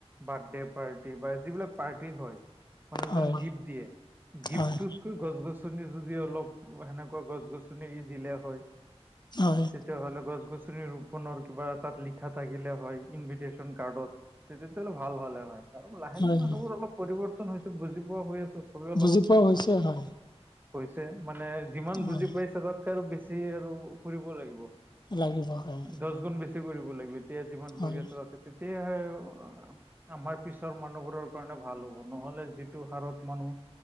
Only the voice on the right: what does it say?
বাৰ্ডে পাৰ্টি বা যিবিলাক পাৰ্টি হয় মানুহজন
গিফ্ট দিয়ে গিফ্টটোত
গছ গছনি যদি অলপ সেনেকুৱা গছ গছনি এৰি দিলে হয়।
তেতি- হলে গছ গছনি ৰুপনৰ কিবা তাত লিখা থাকিলে হয় ইনভিটেশচন কাৰ্ডত। তে তেতিয়াহ'লে ভাল হ'লে হয় আৰু লাহে লাহে
মানুহবোৰ
অলপ পৰিৱৰ্তন হৈছে বুজি পোৱা হৈ আছে ছবে অলপ।
কৈছে মানে যিমান
বুজি পাইছে তাতকে আৰু বেছ- তে আৰু কৰিব লাগিব
দচ গুন বেছি কৰিব লাগিব। গোটেই জীৱন
কৰি আছো বাপেকে যেতিয়া হয় আ আমাৰ পিছৰ মানুহবোৰৰ কাৰণে ভাল হ'ব নহলে যিটো হাৰত মানুহ।